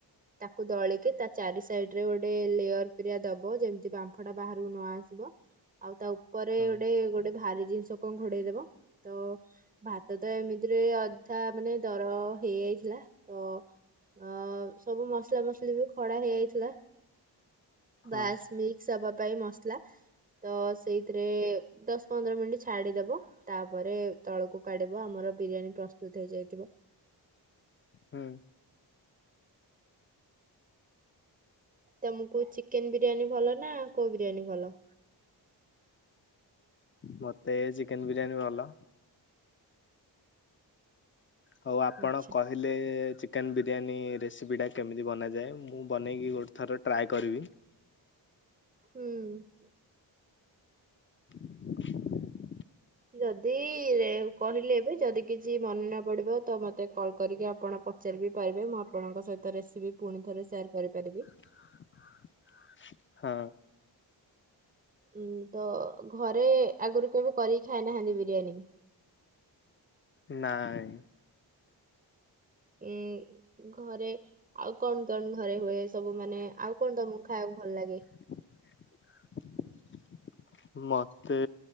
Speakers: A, on the right; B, on the left.
A: ତାକୁ ଦଳିକି ତା ଚାରି ସାଇଡ ରେ ଗୋଟେ ଲେୟର ଫିରିଆ ଦବ ଯେମିତି ବାମ୍ଫ ଟା ବାହାରକୁ ନୂଆ ଆସିବ ଆଉ ତା ଉପରେ
B: ହଁ
A: ଗୋଟେ ଗୋଟେ ଭାରି ଜିନିଷ ଘୋଡେଇଦବ ତ ଭାତ ତ ଏମିତିରେ ଅଧା ମାନେ ଦର ହେଇଯାଇଥି ଲା ତ ଅ ସବୁ ମସଲା ମୁସୁଲି ବି ଖଡା ହେଇଯାଇଥିଲା।
B: ହଁ
A: ବାସ୍ ମିକ୍ସବା ହବା ପାଇଁ ମସଲା ତ ସେଇଥିରେ ଦଶ ପନ୍ଦର ମିନିଟ ଛାଡିଦବ ତାପରେ ତଳକୁ କାଢିବ। ଆମର ବିରିୟାନୀ ପ୍ରସ୍ତୁତ ହେଇଯାଇଥିବ।
B: ହୁଁ।
A: ତମକୁ ଚିକେନ ବିରିୟାନୀ ଭଲ ନା? କୋଉ ବିରିୟାନୀ ଭଲ?
B: ମତେ ଚିକେନ ବିରିୟାନୀ ଭଲ। ହଉ ଆପଣ
A: ଆଚ୍ଛା
B: କହିଲେ ଚି ଚିକେନ ବିରିୟାନୀ ରେସିପିଟା କେମିତି ବନାଯାଏ। ମୁଁ ବନେଇକି ଗୋଟେ ଥର ଟ୍ରାଏ କରିବି।
A: ହୁଁ।
B: <inaudible>
A: ଯଦି କହିଲେ ଏବେ ଯଦି କିଛି ମନେ ନ ପଡିବ ତ ମତେ କଲ୍ କରିକି ଆପଣ ପଚାରିିବି ପାରିବେ। ମୁଁ ଆପଣଙ୍କ ସହିତ ରେସିପି ପୁଣି ଥରେ ସେୟାର କରିପାରିବି।
B: <inaudible> ହଁ।
A: ହୁଁ ତ ଘରେ ଆଗରୁ କେବେ କରିକି ଖାଇନାହାନ୍ତି ବିରିୟାନୀ?
B: ନାଇଁ।
A: ଉଁ ଘରେ ଆଉ କଣ କଣ ଘରେ ହୁଏ। ସବୁ ମାନେ ଆଉ କଣ ତମକୁ ଖାଇବାକୁ ଭଲ ଲାଗେ?
B: <inaudible> ମତେ